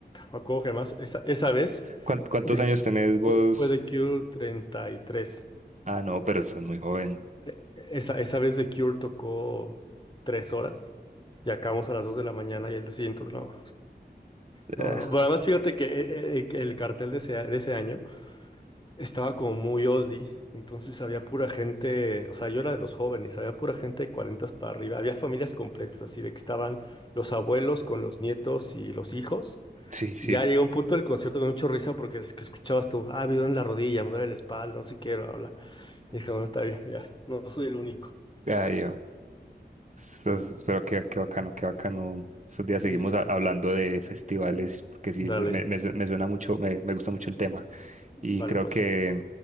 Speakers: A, on the left; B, on the right.
A: Me acuerdo que además, esa, esa vez
B: ¿Cuán- ¿Cuántos
A: de,
B: años tenés vos?
A: fue fue de Cure 33.
B: Ah, no, pero estás muy joven.
A: Eh, Esa, esa vez de Cure tocó tres horas y acabamos a las dos de la mañana y el día siguiente, no. No,
B: Ah,
A: no, no. Pero además fíjate que eh, eh, eh, el cartel de ese, de ese año estaba como muy oldie, entonces había pura gente, o sea, yo era de los jóvenes, había pura gente de 40 para arriba, había familias completas, así de que estaban los abuelos con los nietos y los hijos.
B: sí, sí.
A: Y ya llegó un punto del concierto con mucha risa porque es que escuchabas tú, ah, me duele la rodilla, me duele la espalda, no sé qué, bla, bla. Y dije, bueno, está bien, ya, no no soy el único.
B: Ay, Entonces, pero qué, qué bacano, qué bacano. Estos días
A: Sí,
B: seguimos
A: sí,
B: a-
A: sí.
B: hablando de festivales, porque sí, se-
A: Dale,
B: me, me su- me suena mucho, me, me gusta mucho el tema. Y
A: vale
B: creo
A: pues.
B: que